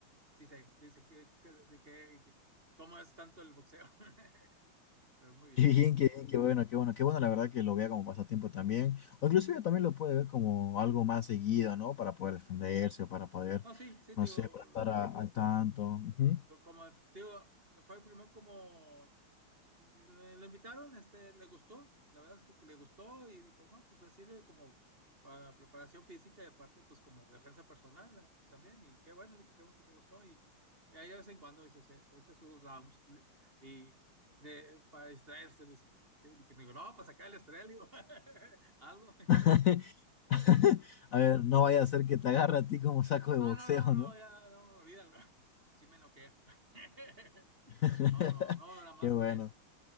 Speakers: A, on the right (about 25°); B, on the left (about 75°).
A: sí sé, sí sé que, que- de qué, cómo es tanto el boxeo. <laughs> Pero muy bien.
B: Qué bien, qué bien, qué bueno, qué bueno, qué bueno, la verdad que lo vea como pasatiempo también, o inclusive también lo puede ver como algo más seguido, ¿no? Para poder defenderse o para poder,
A: No, sí, sí,
B: no
A: te digo,
B: sé, para estar a- al tanto. Ujú.
A: co- como te digo, fue primero como le, le invitaron, este, le gustó, la verdad es porque le gustó y dijo, no, pues me sirve como para preparación física y aparte, pues como defensa personal eh, también. Y qué bueno, le dije, qué bueno que te gustó. Y, y ahí de vez en cuando dice, se, se echa sus rounds le- y de- para distraerse, dice. Sí, y que me digo, no, para sacar el estrés, le digo, <laughs> algo.
B: <laughs> A ver, no vaya a ser que te agarre a ti como saco de
A: No,
B: boxeo,
A: no, no, no,
B: ¿no?
A: ya, no, olvídalo. <laughs> Sí me noquea. <laughs>
B: <laughs>
A: No, no, no, nada más
B: Qué bueno.
A: con eso.